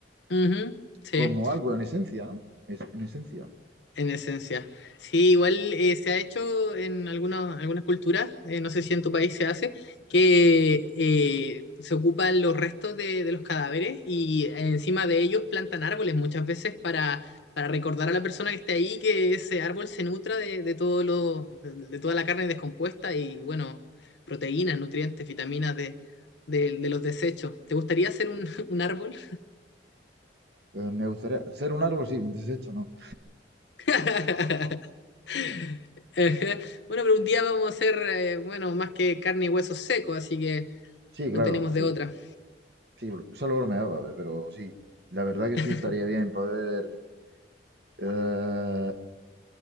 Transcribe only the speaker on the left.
Ujú, Sí.
En esencia. Sí, igual eh, se ha hecho en algunas, algunas culturas, eh, no sé si en tu país se hace, que eh, se ocupan los restos de, de los cadáveres y encima de ellos plantan árboles muchas veces para, para recordar a la persona que esté ahí que ese árbol se nutra de, de todo lo, de, de toda la carne descompuesta y bueno, proteínas, nutrientes, vitaminas de, de- de los desechos. ¿Te gustaría hacer un, un árbol?
<laughs> <laughs> Ajá. Bueno, pero un día vamos a hacer, eh, bueno, más que carne y huesos secos, así que
no tenemos
de otra.
<laughs>